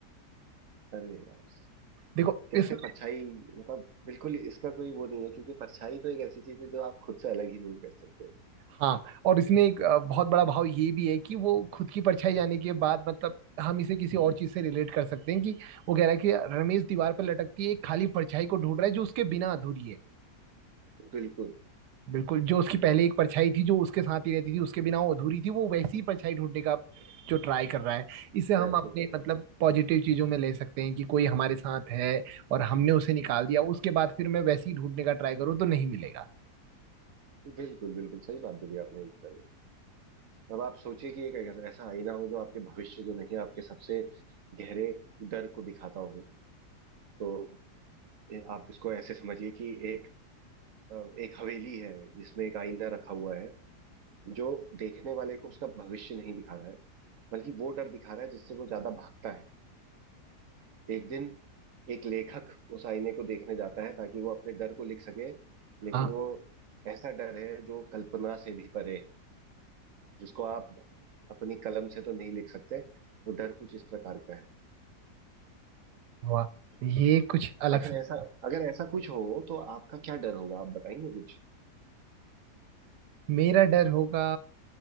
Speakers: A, on the right; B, on the right.
A: अरे यार
B: देखो
A: कैसे
B: इसमें
A: परछाई मतलब बिल्कुल इसका कोई वो नहीं है क्योंकि परछाई तो एक ऐसी चीज है जो आप खुद से अलग ही नहीं कर सकते
B: हाँ और इसमें एक अ, बहुत बड़ा भाव ये भी है कि वो खुद की परछाई जाने के बाद मतलब हम इसे किसी और चीज से रिलेट कर सकते हैं कि वो कह रहा है कि रमेश दीवार पर लटकती है एक खाली परछाई को ढूंढ रहा है जो उसके बिना अधूरी है
A: बिल्कुल
B: बिल्कुल जो उसकी पहले एक परछाई थी जो उसके साथ ही रहती थी उसके बिना वो अधूरी थी वो वैसी ही परछाई ढूंढने का जो ट्राई कर रहा है इससे हम
A: प्रयत्न
B: अपने
A: कर रहा
B: मतलब
A: है
B: पॉजिटिव चीजों में ले सकते हैं कि कोई हमारे साथ है और हमने उसे निकाल दिया उसके बाद फिर मैं वैसे ही ढूंढने का ट्राई करूँ तो नहीं मिलेगा
A: बिल्कुल बिल्कुल सही बात बोली आपने एकदम अब आप सोचिए कि एक ऐसा आईना हो जो आपके भविष्य को नहीं आपके सबसे गहरे डर को दिखाता हो तो ये- आप इसको ऐसे समझिए कि एक अ, एक हवेली है जिसमें एक आईना रखा हुआ है जो देखने वाले को उसका भविष्य नहीं दिखा रहा है बल्कि वो डर दिखा रहा है जिससे वो ज्यादा भागता है एक दिन एक लेखक उस आईने को देखने जाता है ताकि वो अपने डर को लिख सके लेकिन
B: हाँ
A: वो ऐसा डर है जो कल्पना से भी परे है जिसको आप अपनी कलम से तो नहीं लिख सकते वो डर कुछ इस प्रकार का है
B: वाह ये कुछ अलग
A: अगर
B: सा
A: ऐसा अगर ऐसा कुछ हो तो आपका क्या डर होगा आप बताएंगे कुछ
B: मेरा डर होगा